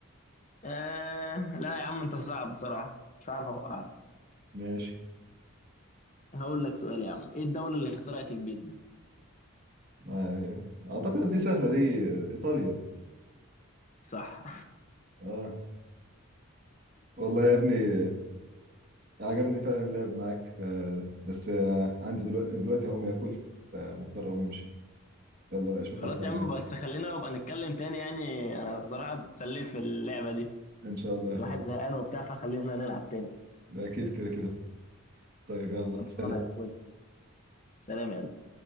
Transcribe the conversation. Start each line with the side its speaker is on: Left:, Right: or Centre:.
Left: آه... لا يا عم أنت صعب بصراحة مش عارف أوقعك
Right: ماشي
Left: هقول لك سؤال يا عم إيه الدولة اللي اخترعت البيتزا
Right: ما- اعتقد ان دي سهلة دي ايطاليا
Left: صح
Right: اه والله يا ابني عجبني فعلا اللعب معاك ف... بس آه، عندي دلوقتي دلوقتي هقوم اكل فمضطر اقوم امشي يلا بقى اشوفك
Left: خلاص
Right: بعدين
Left: يا عم بس خلينا نبقى نتكلم تاني يعني انا بصراحة اتسليت في اللعبة دي
Right: ان شاء الله يا
Left: الواحد
Right: اخويا
Left: زهقان وبتاع فخلينا نلعب تاني
Right: ده اكيد كده كده طيب يلا
Left: خلصانة
Right: سلام
Left: يا اخويا سلام يا قلبي.